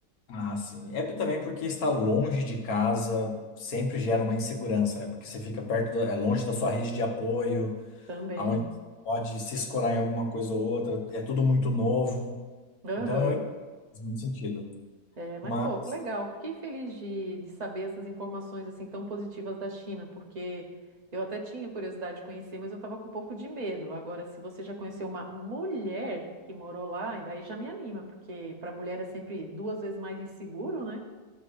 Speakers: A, on the left; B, on the right.
A: Ah, sim. É p- também porque estar longe de casa sempre gera uma insegurança, né? Porque você fica perto da, é longe da sua rede de apoio.
B: também.
A: aonde pode se escorar em alguma coisa ou outra, é tudo muito novo.
B: Aham.
A: Então eu entendo muito sentido.
B: É, mas,
A: Mas
B: pô, que legal. Fiquei feliz de, de saber essas informações assim tão positivas da China, porque eu até tinha curiosidade de conhecer, mas eu estava com um pouco de medo. Agora, se você já conheceu uma mulher que morou lá, aí já me anima, porque para mulher é sempre duas vezes mais inseguro, né?